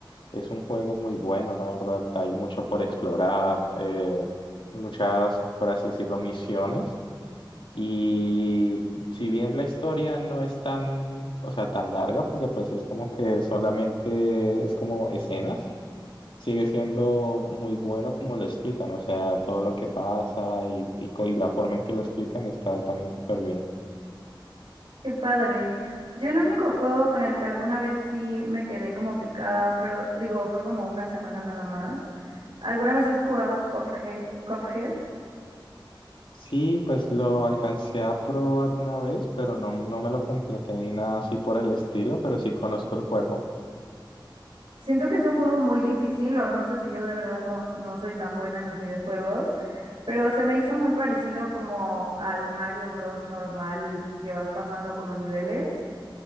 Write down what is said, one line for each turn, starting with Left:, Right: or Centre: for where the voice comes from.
Left: es un juego muy bueno, la verdad. Hay mucho por explorar, eh, muchas, por así decirlo, misiones. Y si bien la historia no es tan, o sea, tan larga, porque pues es como que solamente es como escenas sigue siendo muy bueno como lo explican, o sea, todo lo que pasa y, y, co- y la forma en que lo explican está también súper bien.
Right: Qué padre. Yo el único juego con el que alguna vez sí me quedé como picada, pero digo, fue como una semana nada más. ¿Alguna vez has jugado Cuphead? Cuphead?
Left: Sí, pues lo alcancé a probar una vez, pero no, no me lo completé ni nada así por el estilo, pero sí conozco el juego.
Right: Siento que es un juego muy difícil, o no sé si yo de verdad no, no soy tan buena en los videojuegos, pero se me hizo muy parecido como al Mario Bros. normal que vas pasando como niveles,